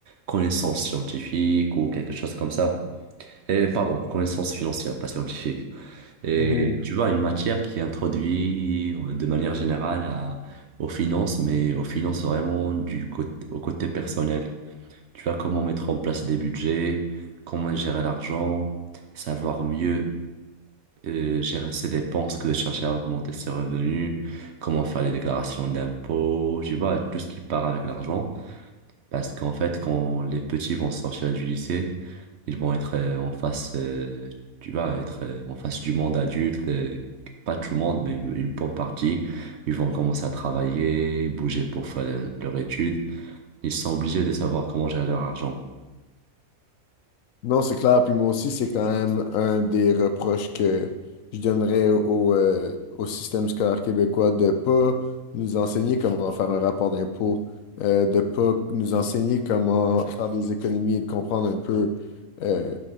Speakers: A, on the right; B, on the left.
A: connaissance scientifique ou quelque chose comme ça. Et pardon, connaissance financière, pas scientifique. Et
B: Mhm.
A: tu vois, une matière qui introduit euh, de manière générale à, aux finances, mais aux finances vraiment du côté, au côté personnel. Tu vois, comment mettre en place des budgets, comment gérer l'argent, savoir mieux euh, gérer ses dépenses que de chercher à augmenter ses revenus, comment faire les déclarations d'impôts, tu vois, tout ce qui part avec l'argent. Parce qu'en fait, quand les petits vont sortir du lycée, ils vont être euh, en face, euh, tu vas être euh, en face du monde adulte, euh, pas tout le monde, mais une, une bonne partie. Ils vont commencer à travailler, bouger pour faire le- leur étude. Ils sont obligés de savoir comment gérer leur argent.
B: Non, c'est clair. Puis moi aussi, c'est quand même un des reproches que je donnerais au, au, euh, au système scolaire québécois de pas nous enseigner comment faire un rapport d'impôt, euh, de pas nous enseigner comment faire des économies et de comprendre un peu euh,